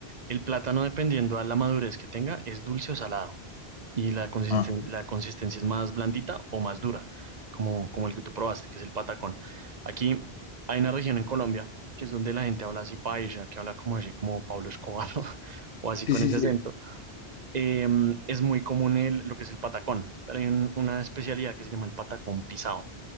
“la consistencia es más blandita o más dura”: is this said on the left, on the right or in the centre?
Right